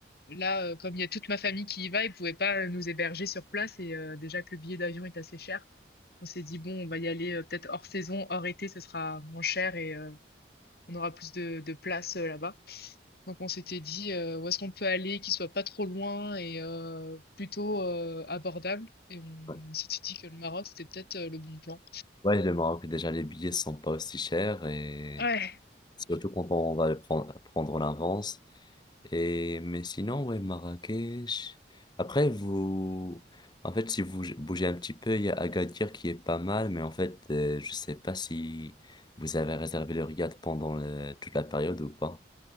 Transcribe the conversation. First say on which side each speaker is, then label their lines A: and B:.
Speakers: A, on the left (about 55°); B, on the left (about 25°).
A: là, euh, comme il y a toute ma famille qui y va, ils pouvaient pas euh, nous héberger sur place et euh, déjà que le billet d'avion est assez cher, on s'est dit bon, on va y aller euh, peut-être hors saison, hors été, ce sera moins cher et euh, on aura plus de, de place euh, là-bas. Donc on s'était dit euh, où est-ce qu'on peut aller, qui soit pas trop loin et euh, plutôt euh, abordable. Et on
B: Ouais,
A: s'était dit que le Maroc c'était peut-être euh, le bon plan.
B: Ouais, le Maroc, déjà, les billets sont pas aussi chers et
A: Ouais.
B: surtout quand on va le prendre, prendre l'avance. Et, mais sinon, ouais, Marrakech. Après, vous, en fait, si vous bougez un petit peu, il y a Agadir qui est pas mal, mais en fait, euh, je sais pas si vous avez réservé le riad pendant le- toute la période ou pas.